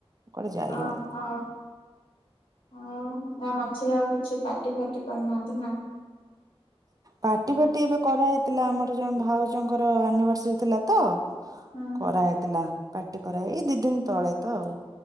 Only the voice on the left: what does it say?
ଓ
ହୋ। ହଁ ଆ ମଝିରେ ଆଉ କିଛି ପାଟି ଫାଟି କରିନାହାନ୍ତି ନା?
ହଁ।